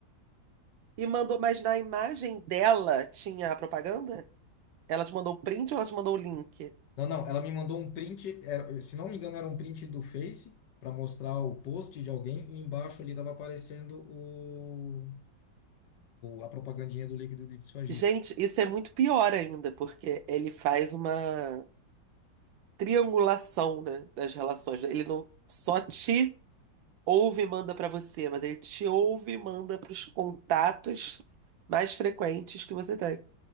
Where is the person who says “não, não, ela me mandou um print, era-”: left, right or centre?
Left